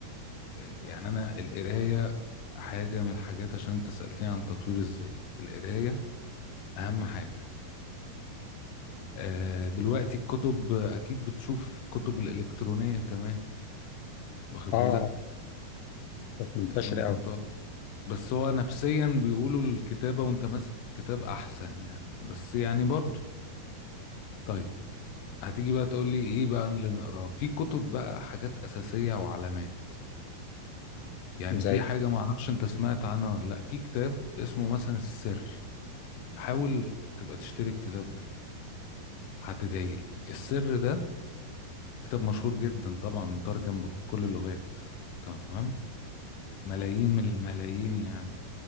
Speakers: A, on the left; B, on the left.
A: يعني أنا القراية حاجة من الحاجات عشان أنت سألتني عن تطوير الذات القراية أهم حاجة آه، دلوقتي الكتب آه، اكيد بتشوف كتب الالكترونيه كمان واخد
B: اه آه،
A: بالك
B: كانت منتشرة
A: آه، ممكن
B: قوي
A: تقعد بس هو نفسيا بيقولوا الكتابه وانت ماسك الكتاب احسن يعني بس يعني برضو طيب هتيجي بقى تقول لي ايه بقى اللي نقراه في كتب بقى حاجات اساسيه وعلامات يعني
B: زي
A: في حاجه ما اعرفش انت سمعت عنها ولا لا في كتاب اسمه مثلا السر حاول تبقى تشتري الكتاب ده هتدعي لي السر ده كتاب مشهور جدا طبعا مترجم بكل اللغات تمام ملايين من الملايين يعني